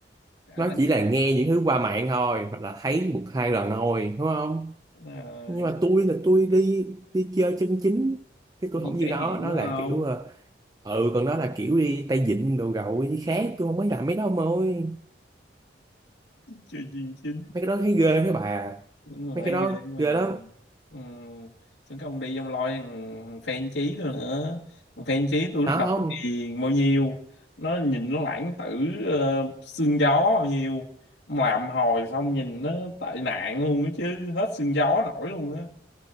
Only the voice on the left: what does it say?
<laughs>
ông đã
nhắc
rồi
đi
trải
nghiệm
đúng
không
chơi chuyên chính
đúng rồi
ghê mà
Ừ. Chứ cái ông đi ông loi, thằng fan chí tôi nữa thằng fan chí tôi lúc
đầu
thì bao nhiêu nó nhìn nó lãng tử ờ, xương gió bao nhiêu Mà làm hồi xong nhìn nó tệ nạn luôn á chứ hết xương gió nổi luôn á